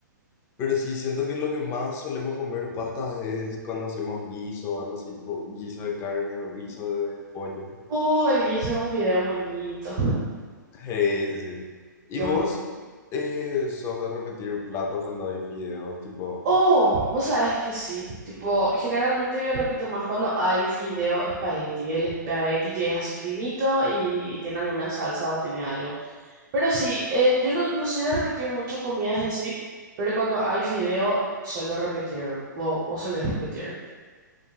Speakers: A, on the left; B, on the right.
A: Pero sí, siento que lo que más solemos comer pastas es cuando hacemos guiso o algo así, tipo guiso de carne o guiso de pollo.
B: uh, el guiso con fideo moñito.
A: <laughs> Sí, sí, sí. ¿Y
B: <sighs> Dios,
A: vos eh, sos de repetir platos cuando hay fideos? Tipo,
B: Oh, vos sabés que sí. Tipo, generalmente yo repito más cuando hay fideo espagueti. El espagueti que es así finito y tiene alguna salsa o tiene algo. Pero sí, en- yo no, no soy de repetir mucho comidas en sí, pero cuando hay fideo suelo repetir. ¿Vos, vos solés repetir?